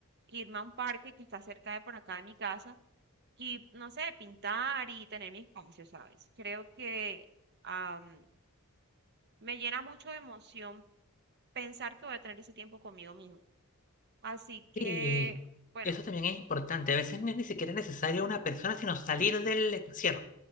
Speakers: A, on the right (about 50°); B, on the left (about 35°).
A: irme a un parque que está cerca de por acá de mi casa y, no sé, pintar y tener mi espacio, ¿sabes? Creo que am, me llena mucho de emoción pensar que voy a tener ese tiempo conmigo misma. Así que,
B: Y
A: bueno,
B: eso también es importante. A veces no es ni siquiera necesario una persona, sino salir del encierro,